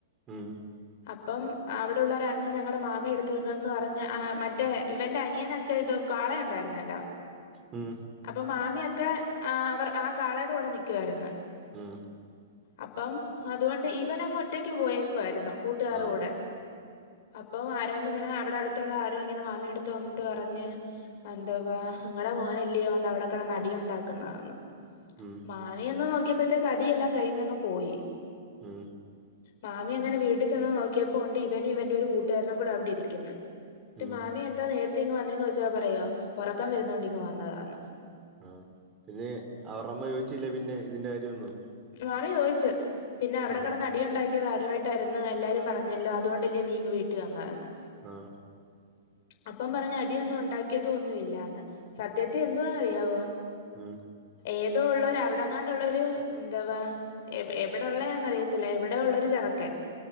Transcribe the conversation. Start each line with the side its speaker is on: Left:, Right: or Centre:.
Right: ഉം
Left: അപ്പം അവിടെയുള്ള ഒരണ്ണൻ ഞങ്ങളുടെ മാമിയ എടുത്തക്കെ വന്ന് പറഞ്ഞ മറ്റേ ഇവന്റെ അനിയനാ ചെയ്തോ കാളയുണ്ടായിരുന്നല്ലോ
Right: ഉം
Left: അപ്പം മാമിയൊക്കെ ആഹ് അവർ ആഹാ കാളയുടെ കൂടെ നിക്കുവായിരുന്നു
Right: ഉം
Left: അപ്പം അതുകൊണ്ട് ഇവൻ അങ്ങ് ഒറ്റക്ക് പോയേക്കുവായിരുന്ന് കൂട്ടുകാരുടെ
Right: ആഹ്
Left: കൂടെ അപ്പം ആരാണ്ട് ഇങ്ങനെ അവിടെ അടുത്തുള്ള ആരോ ഇങ്ങനെ മാമിയടുത്ത് വന്നിട്ട് പറഞ്ഞ് എന്തുവാ നിങ്ങളുടെ മോന് അല്ലയോ ഓണ്ട് അവിടെ കിടന്ന് അടി ഉണ്ടാക്കുന്നതെന്ന്
Right: ഉം
Left: മാമി ചെന്ന് നോക്കിയപ്പോഴത്തെക്ക് അടിയെല്ലാം കഴിഞ്ഞങ്ങ് പോയി
Right: ഉം
Left: മാമി അങ്ങനെ വീട്ട് ചെന്ന് നോക്കിയപ്പോ ഉണ്ട് ഇവനും ഇവന്റെറെ ഒരു കൂട്ടുകാരനും കൂടെവിടെ ഇരിക്കുന്നു
Right: ഉം
Left: മാമി എന്താ നേരത്തെ ഇങ്ങ് വന്നതന്ന് ചോദിച്ചാൽ പറയോ ഉറക്കം വരുന്നോണ്ട് ഇങ്ങ് വന്നതാണ്
Right: ആഹ് പിന്നെ അവരേ അമ്മ ചോദിച്ചില്ലേ പിന്നെ ഇതിന്റെ കാര്യമൊന്നും
Left: മാമി ചോദിച്ചു പിന്നെ അവിടെ
Right: ആഹ്
Left: കിടന്ന് അടി ഉണ്ടാക്കിയത് ആരുമായിട്ട് തരുന്ന എല്ലാരും പറഞ്ഞല്ലോ അതുകൊണ്ടല്ലേ നീങ് വീട്ടിൽ വന്നായിന്ന്
Right: ആഹ്
Left: അപ്പം പറഞ്ഞു അടിയൊന്നും ഉണ്ടാക്കിയതോ ഒന്നുമ ഇല്ലന്ന് സത്യത്തിൽ എന്തുവാ അറിയാവോ
Right: ഉം
Left: ഏതോ ഉള്ളേര് അവിടെങ്ങാണ്ടുള്ള ഒരു എന്താവാ എവിടെള്ളാന്നറി ല്ല എവിടെയുള്ളെരു ചെറുക്കൻ